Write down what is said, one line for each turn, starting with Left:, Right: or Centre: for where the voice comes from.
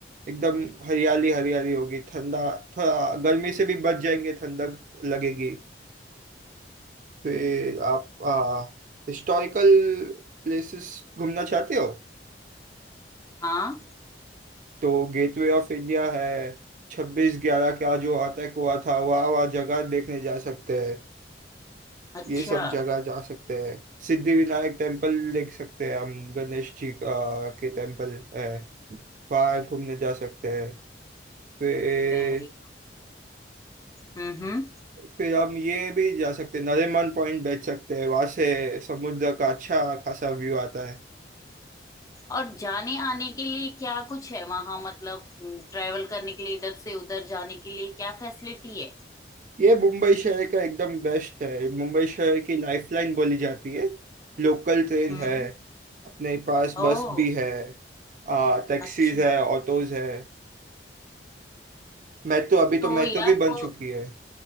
Right: एकदम हरियाली हरियाली होगी ठंडा थोड़ा गर्मी से भी बच जाएंगे ठंडक लगेगी फिर आप आ, हिस्टोरिकल प्लेसेस घूमना चाहते हो
Left: हाँ
Right: तो गेटवे ऑफ इंडिया है छब्बीस ग्यारह का जो अटैक हुआ था वह वह जगह देखने जा सकते हैं
Left: अच्छा
Right: ये सब जगह जा सकते हैं सिद्धिविनायक टेम्पल देख सकते हैं हम गणेश जी का के टेम्पल है वहाँ घूमने जा सकते हैं फिर
Left: वेरी हम्म हम्म
Right: फिर हम ये भी जा सकते हैं नरीमन पॉइंट बैठ सकते हैं वहां से समुद्र का अच्छा खासा व्यू आता है
Left: और जाने आने के लिए क्या कुछ है वहां मतलब ट्रेवल करने के लिए इधर से उधर जाने के लिए क्या फैसिलिटी है
Right: ये मुंबई शहर का एकदम बेस्ट है मुंबई शहर की लाइफलाइन बोली जाती है लोकल ट्रेन
Left: हम्म
Right: है अपने पास बस
Left: ओ
Right: भी है आ टैक्सीज
Left: अच्छा
Right: है ऑटोज है मेट्रो अभी
Left: तो
Right: तो मेट्रो
Left: यार
Right: भी बन
Left: वो
Right: चुकी है